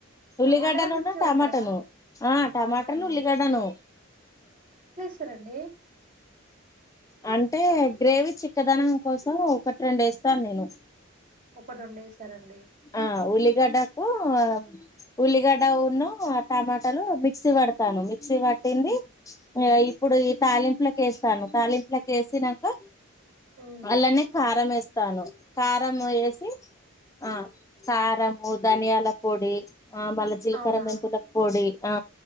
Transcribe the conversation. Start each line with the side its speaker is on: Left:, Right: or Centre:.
Left: ఉల్లిగడ్డ
Right: టమాటాలను
Left: నున్ను
Right: మిక్సీ
Left: టమాటను
Right: పడతారా?
Left: ఆ టమాటను
Right: అవునండి.
Left: ఉల్లిగడ్డను
Right: సరండీ
Left: అంటే గ్రేవీ చిక్కదనం కోసం ఒకటి రెండు ఏస్తాను నేను
Right: ఒక రెండేస్తరండి
Left: ఆ ఉళ్ళి గడ్డకు ఆ ఉల్లిగడ్డ ఉన్ను టమాటాలు మిక్సీ పడతాను మిక్సీ పట్టింది ఆ ఇప్పుడు ఈ తాలింపులకేస్తాను తాలింపులకేసినంకా
Right: హ్మ్.
Left: అల్లనే కారం ఏస్తాను కారం ఏసి ఆ కారము ధన్యాల పొడి మళ్ళా జీలకర
Right: అవునా
Left: మెంత్తుల పొడి ఆ